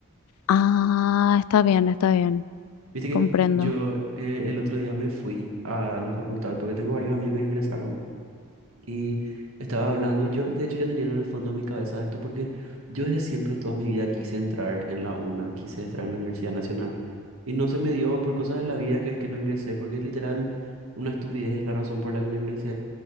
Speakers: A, on the left (about 85°); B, on the right (about 80°).
A: Ah, está bien, está bien,
B: Viste que
A: comprendo.
B: yo eh, el otro día me fui a la facultad porque tengo varios amigos que ingresaron y estaba hablando y yo de hecho ya tenía en el fondo de mi cabeza esto porque yo desde siempre toda mi vida quise entrar en la UNA, quise entrar en la Universidad Nacional y no se me dio por cosas de la vida que es que no ingresé porque literal una estupidez es la razón por la que no ingresé.